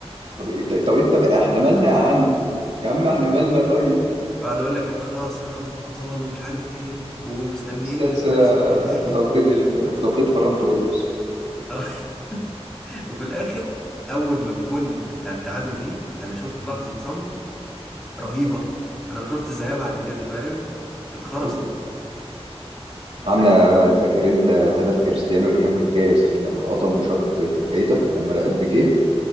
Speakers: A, on the right; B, in the centre.
A: طب انت طب انت بقى احنا مالنا يا عم يا عم احنا مالنا طيب
B: بعد يقول لك احنا خلاص هناخد الابطال ومش عارف ايه ومستنيين
A: السادسة
B: باريس في النهائي
A: بتوقيت ال... بتوقيت فران توريس
B: <laughs> وفي الاخر اول ما الجون بتاع التعادل جه انا شفت لحظة صمت رهيبة انا ما شفت زيها بعد
A: ايوه
B: كده
A: طبعا.
B: فاهم اتخرسوا
A: ايوه عاملة
B: ده
A: فاكر انت هدف كريستيانو اللي كان في الكاس لما قطم وشط في البعيدة لما رقت بيكيه